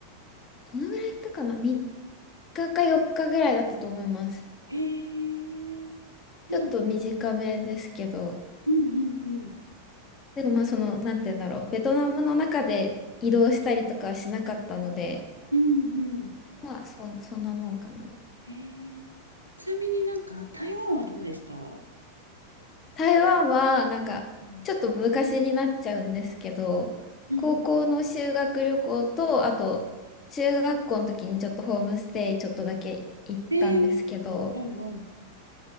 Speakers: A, on the left; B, on the right.
A: どのぐらい行ったかな ?3 日か4日ぐらいだったと思います。
B: えー、いい。
A: ちょっと短めですけど、
B: うんうんうん。
A: でもまあその、なんて言うんだろう、ベトナムの中で移動したりとかはしなかったので、
B: うんうん。
A: まあそん、そんなもんかな。
B: えー、ちなみになんか台湾はどうでした
A: 台湾はなんかちょっと昔になっちゃうんですけど高校の修学旅行とあと中学校の時にちょっとホームステイちょっとだけ行ったんですけど
B: うんうんえー、はいはい。